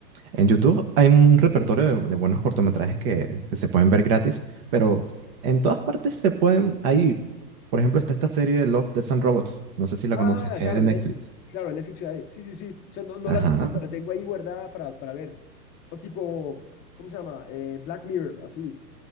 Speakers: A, on the right; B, on the left.
A: En YouTube hay un repertorio de, de buenos cortometrajes que, que se pueden ver gratis, pero en todas partes se pueden... Hay, por ejemplo, está esta serie Love, Death and Robots. No sé si la
B: Ah,
A: conoces, es
B: claro,
A: de Netflix.
B: en Netflix. Claro, en Netflix hay. Sí, sí, sí. O sea, no, no
A: Ajá.
B: la he visto, pero la tengo ahí guardada para, para ver. O tipo, ¿cómo se llama? Eh, Black Mirror, así.